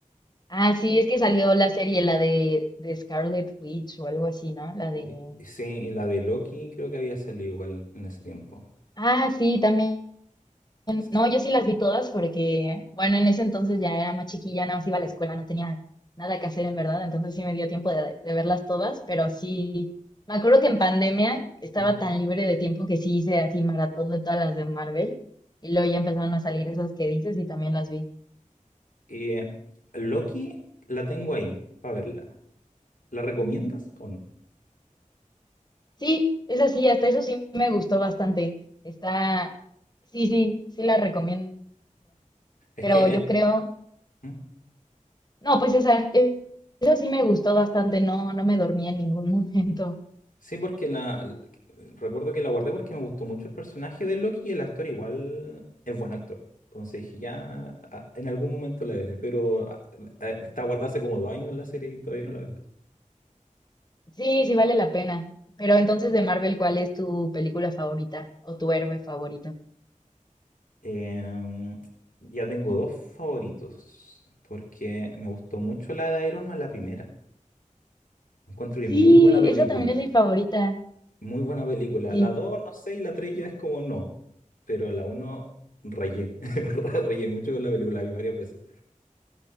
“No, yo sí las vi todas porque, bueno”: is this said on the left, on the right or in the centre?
Left